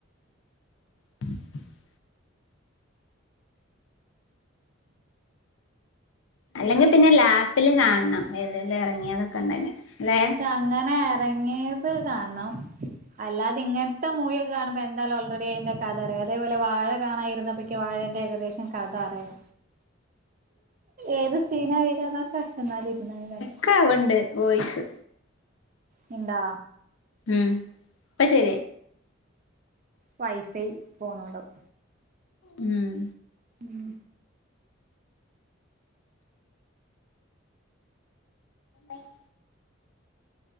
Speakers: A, on the left; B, on the right.
A: <inaudible> അല്ലെങ്കി പിന്നെ ലാപ്പില് കാൻണം ഏതെലും എറങ്ങീയേതൊക്കെണ്ടങ്കി ലേ.
B: ങ്ങനെ എറങ്ങീയേത് കാൻണം. അല്ലാത ഇങ്ങൻത്തെ മൂവിയൊക്കെ കാണുമ്പോ എന്താലും ഓൾറെഡി അയിന്റെ കഥറിയാ അതേപോലെ വാഴ കാണാ ഇര്ന്നപ്പൊ ക്ക് വാഴന്റെ ഏകദേശം കഥ അറിയാ ഏത് സീനാ വര് ന്നൊ പ്രശ്നോന്നാല് ഇരിന്നങ് കണ്ട്.
A: ക്കാൾണ്ട് വോയിസ്.
B: നിണ്ടാ
A: ഉം പ്പ ശെരി ആയി.
B: വൈഫൈ പോണൊൻണ്ടാവും.
A: ഉം.
B: ഉം
A: ആഹ